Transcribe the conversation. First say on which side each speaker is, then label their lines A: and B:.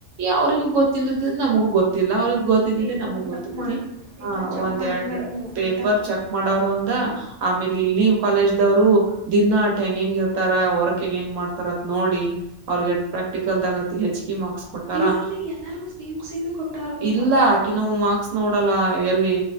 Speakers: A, on the right (about 80°); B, on the right (about 40°).
A: ಅವ್ರಿಗೂ ಗೊತ್ತಿಲ್ಲದ ನಮಗೂ ಗೊತ್ತಿಲ್ಲ ಅವ್ರಿಗೆ ಗೊ ತ್ತಿದ್ದಿದ್ದು
B: ಪೇಪರ್
A: ನಮಗ್
B: ಚೆಕ್
A: ಗೊತ್ತತಿ
B: ಮಾಡ ಪೇಪರ್
A: ಆ
B: ಚೆಕ್
A: ಒಂದ್
B: ಮಾಡೋರ್
A: ಎರಡ್
B: ಮ್ಯಾಲ ಹೋಗ್ತೈತಾ
A: ಪೇಪರ್ ಚಕ್ ಮಾಡೋರು ಒಂದ ಆಮೇಲೆ ಇಲ್ಲಿವು ಕಾಲೇಜ ದವ್ರು ದಿನ ಆಟ ಹೆಂಗ ಹೆಂಗ ಇರ್ತಾರ ವರ್ಕ್ ಹೆಂಗ ಹೆಂಗ್ ಮಾಡ್ತಾರತ್ ನೋಡಿ ಅವರ್ಗಟ ಪ್ರಾಕ್ಟಿಕಲದಾಗಾತ ಹೆಚ್ಚಿ ಮಾರ್ಕ್ಸ್ <unintelligible> ಕೊಟ್ಟಾರಾ
B: ಇಲ್ಲಿಲ್ಲ ಎಲ್ಲಾರ್ಗೂ ಸೇಮ್ ಸೇಮೆ ಕೊಟ್ಟಾರ ಅವ್ರ
A: ಇಲ್ಲಾ ಅಕಿನು ಮಾರ್ಕ್ಸ್ ನೋಡಲ್ಲ ಎಲ್ಲಿ